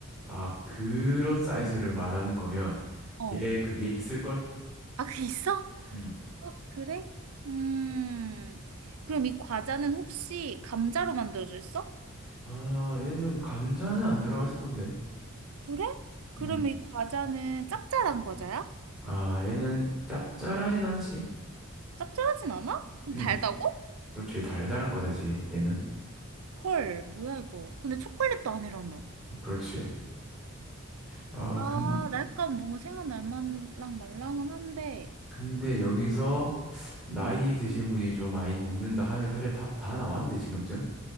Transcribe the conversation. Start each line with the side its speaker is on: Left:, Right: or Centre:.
Centre: 아, 그런 사이즈를 말하는 거면
Right: 어.
Centre: 얘 그게 있을걸?
Right: 아, 그게 있어? 어,
Centre: 음.
Right: 그래? 음. 그럼 이 과자는 혹시 감자로 만들어졌어?
Centre: 아, 얘는 감자는 안 들어가 있을 건데.
Right: 그래? 그럼
Centre: 음.
Right: 이 과자는 짭짤한 과자야?
Centre: 아, 얘는 짭짤하지도 않지?
Right: 짭짤하진 않아? 그럼
Centre: 음.
Right: 달다고?
Centre: 그렇지. 달달한 과자지, 얘는.
Right: 헐, 뭐야 이거. 근데 초콜릿도 아니라며.
Centre: 그렇지. 아,
Right: 아,
Centre: 근,
Right: 날감 뭔가 생각 날만랑 말랑은 한데.
Centre: 근데 여기서
Right: 어,
Centre: 나이
Right: 어.
Centre: 드신 분이 좀 많이 먹는다 하면 사실 답 다 나왔는데, 지금쯤?